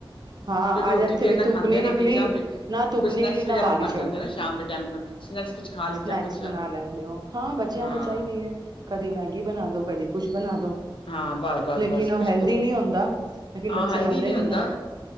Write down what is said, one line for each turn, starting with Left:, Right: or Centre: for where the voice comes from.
Right: ਹਾਂ
Left: ਕਿਉਂਕਿ ਰੋਟੀ
Right: ਅੱਜ ਇੱਥੇ
Left: ਦੇਰ
Right: ਵੀ
Left: ਨਾਲ
Right: ਧੁੱਪ
Left: ਖਾਂਦੇ
Right: ਨੀ
Left: ਆ ਨਾ
Right: ਨਿਕਲੀ
Left: ਫਿਰ ਚਾਹ ਫਿਰ
Right: ਨਾ ਧੁੱਪ
Left: ਕੋਈ ਸਨੈਕਸ
Right: ਨਿਕਲੀ ਨਾ
Left: ਵਗੈਰਾ
Right: ਬਾਰਿਸ਼
Left: ਫਿਰ ਬਣ ਜਾਂਦੇ ਨਾ ਸ਼ਾਮ ਦੇ ਟਾਈਮ ਸਨੈਕਸ ਕੁਝ ਖਾ ਲਿੱਤਾ
Right: ਸਨੈਕਸ
Left: ਕੁਝ
Right: ਬਣਾ ਲੈਂਦੇ ਹੋ ਹਾਂ ਬੱਚਿਆਂ
Left: ਹਾਂ
Right: ਨੂੰ ਚਾਹੀਦੀ ਹੈ ਕਦੀ ਮੈਗੀ ਬਣਾ ਦੋ ਕਦੀ ਕੁਛ ਬਣਾ ਦੋ।
Left: ਹਾਂ ਬਸ ਬਸ
Right: ਲੇਕਿਨ
Left: ਬਸ
Right: ਉਹ
Left: ਪੁੁਛ
Right: ਹੈਲਦੀ
Left: ਲੋ
Right: ਨਹੀਂ ਹੁੰਦਾ ਲੇਕਿਨ
Left: ਹਾਂ
Right: ਬੱਚੇ
Left: ਹੈਲਦੀ
Right: ਮੰਨਦੇ
Left: ਨਹੀਂ
Right: ਨੀ
Left: ਹੁੰਦਾ
Right: ਨੇ